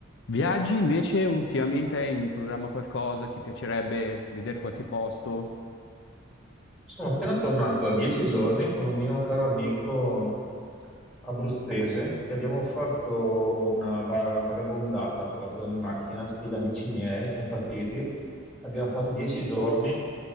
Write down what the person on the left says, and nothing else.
Viaggi invece ultimamente hai in programma qualcosa? Ti piacerebbe vedere qualche posto?